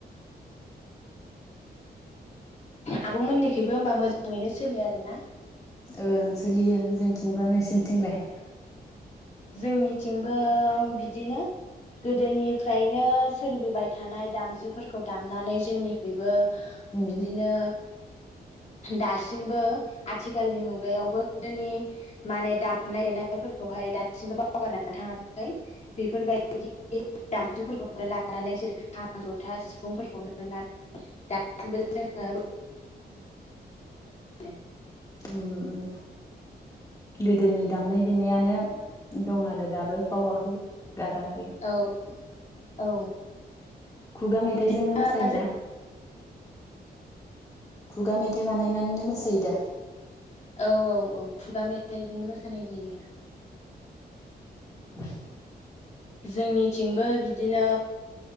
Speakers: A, on the left; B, on the left.
A: आब' मोननिखैबो होनबा मोजाङैनो सोलियो आरोना?
B: ओं सोलियो जोंथिंबो। नोंसिनिथिंलाय?
A: जोंनिथिंबो बिदिनो गोदोनिफ्रायनो सोलिबोबाय थानाय दामजुफोर खौ दामनानै जोंनि खैबो
B: उम
A: बिदिनो दासिमबो आथिखालनि मुगायावबो गोदोनि माने दामनाय देनायफोर खौहाय दासिमबो बावगारनानै थाङाखै। बेफोरबायदि जामजुफोरखौनो लानानै जेरै खाम, जथा, सिफुंफोरखौनो लानानै दासिमबो जोङो <unintelligible>
B: उम उम गोदोनि दामनाय देनायानो दं आरो दाबो बावाखै। गाराखै।
A: आरो औ औ
B: खुगा मेथाइजोंनो
A: बिदिनो
B: मोसायोना?
A: जों
B: खुगा मेथाइ बानायनानैनो मोसा योदा?
A: औ औ औ खुगा मेथाइजों मोसानाय जायो।
B: <inaudible>
A: जोंनिथिंबो बिदिनो